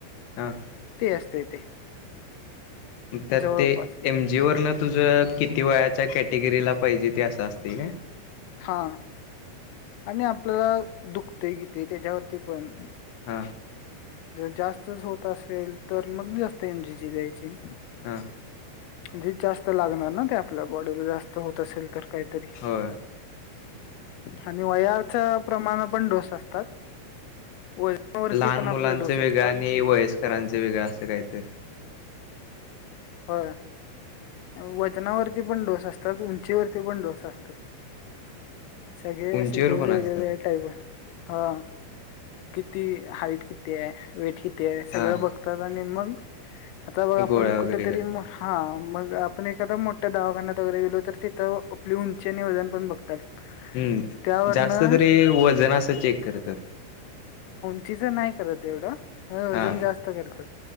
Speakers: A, on the left; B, on the left.
A: हां.
B: असतंय ते.
A: मग त्यात
B: जवळपास
A: ते एम जीवरनं तुझं किती वयाच्या कॅटेगरीला पाहिजे ते असं असतंय काय?
B: हां आणि आपल्याला दुखतय कितीे त्याच्यावरती पण
A: हां.
B: जर जास्तच होत असेल तर मग जास्त एम जीची द्यायची.
A: हां.
B: म्हणजे जास्त लागणार ना ते आपल्या बॉडीला जास्त होत असेल तर काहीतरी.
A: होय
B: आणि वयाच्या प्रमाणावर पण डोस असतात. वजनावरती
A: लहान
B: पण आपले
A: मुलांचं
B: डोस
A: वेगळं
B: असतात
A: आणि वयस्करांचं वेगळं असं काहीतर
B: होय. अ वजनावरती पण डोस असतात, उंचीवरती पण डोस असतात. सगळे
A: उंचीवर
B: असे डोस
A: पण
B: वेगवेगळ्या
A: असतात
B: टाईप आहे. हां किती हाईट किती आहे? वेट किती ती आहे? सगळं
A: हा
B: बघतात आणि मग आता बघ आपण
A: गोळ्या वगैरे
B: कुठेतरी
A: करतात
B: हां मग आपण एखादा मोठ्या दवाखान्यात वगैरे गेलो तर तिथं आपली उंची आणि वजन पण बघतात.
A: हम्म
B: त्यावरनं
A: जास्त तरी वजन असं चेक करतात?
B: <unintelligible> नाही करत एवढं वजन
A: हा
B: जास्त करतं